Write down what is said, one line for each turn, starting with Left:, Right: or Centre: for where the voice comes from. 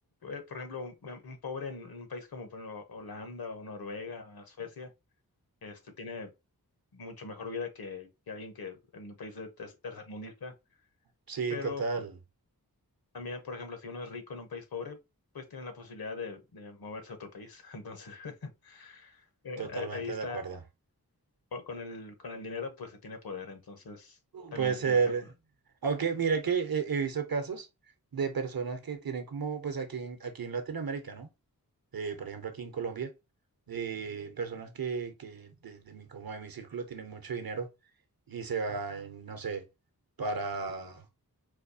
Left: eh, por ejemplo, un, un pobre en, en un país como por ejemplo, Holanda o Noruega, Suecia, este, tiene mucho mejor vida que, que alguien que en un país de ter- tercermundista.
Right: Sí,
Left: Pero
Right: total,
Left: también, por ejemplo, si uno es rico en un país pobre, pues tiene la posibilidad de, de moverse a otro país. <laughs> Entonces, <laughs> eh,
Right: totalmente
Left: eh, ahí está,
Right: de acuerdo.
Left: co- con el, con el dinero, pues se tiene poder. Entonces, también
Right: Puede ser.
Left: yo, yo,
Right: Aunque mira que he, he visto casos de personas que tienen como, pues aquí en, aquí en Latinoamérica, ¿no? eh, por ejemplo, aquí en Colombia, eh, personas que, que de, de mi, como de mi círculo tienen mucho dinero y se van, no sé, para,